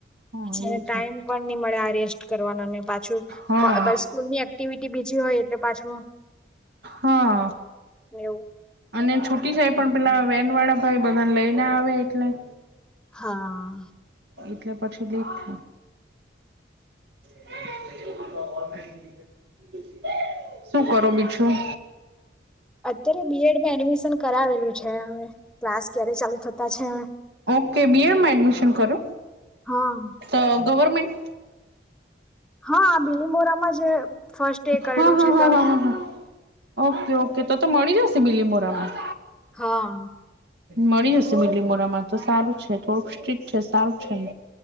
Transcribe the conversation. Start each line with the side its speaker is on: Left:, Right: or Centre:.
Right: હા
Centre: અચ્છા
Right: એવું
Centre: એને ટાઈમ
Right: થાય
Centre: પણ નય મળે આ રેસ્ટ કરવાનો ને પાછું
Right: હા
Centre: સ્કૂલની એક્ટિવિટી બીજી હોય એટલે પાછું
Right: હા
Centre: એવું
Right: અને છુટી જાય પણ પેલા વેનવાળા ભાઈ બધાને લઈને આવે એટલે
Centre: હા.
Right: એટલે પછી લેટ થાય. <unintelligible> શું કરો બીજું?
Centre: અત્યારે બીએડમાં એડમિશન કરાવેલું છે હવે ક્લાસ ક્યારે ચાલુ થતા છે.
Right: ઓકે બીએડમાં એડમિશન કરો
Centre: હા.
Right: તો ગવર્મેન્ટ.
Centre: હા બિલીમોરામાં જ ફર્સ્ટ એ કરેલું
Right: હા હા
Centre: છે ત
Right: હા હા હા હા ઓકે ઓકે તો તો મળી જશે બીલીમોરામાં
Centre: હા.
Right: મળી જશે બીલીમોરામાં તો સારું છે થોડુંક સ્ટ્રીક છે સારું છે એમ